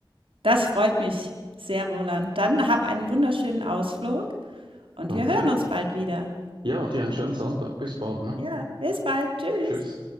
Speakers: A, on the right (about 85°); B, on the right (about 65°).
A: Das freut mich sehr, Roland. Dann hab einen wunderschönen Ausflug und
B: Danke.
A: wir hören uns bald wieder.
B: Ja, dir einen schönen Sonntag. Bis bald, ne?
A: ja. Bis bald. Tschüss.
B: Tschüss.